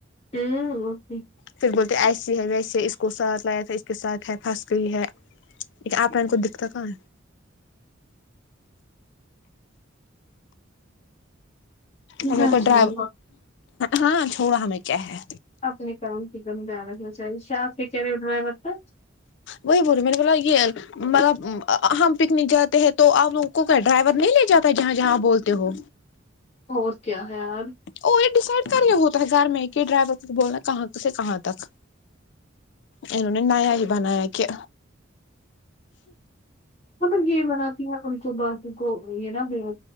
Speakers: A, on the left; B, on the left.
A: ہوں اوکی
B: پھر بولتے ایسیے ہے ویسی ہے اس کو ساتھ لایا تھا اس کے ساتھ ہے پھنس گئی ہے ل آپ نے کو دکھتا کہاں اور
A: سچ
B: ڈرائی
A: بولو،
B: ہاں چھوڑا ہمیں کیا ہے
A: اپنے کام کی دم دان رکھنا چاہیے شاپ پ کے کہہے بنا ہے پطتا
B: وہی بوری مینے بولا مطلب ہم پکنک جاتے ہیں تو آپ لوگوں کو کیا ڈرائیور نہیں لے جاتا جہاں جہاں بولتے ہو
A: اور کیا ہے یار
B: ا یہ ڈیسائڈ کری ہوتا ہے گھر میں کہ ڈرائیور کو بولنا کہاں سے کہاں تک اننوں نے نیا ہی بنایا کہ
A: مطلب یہ بناتی ہیں ان کو باقی کو یہ نا بے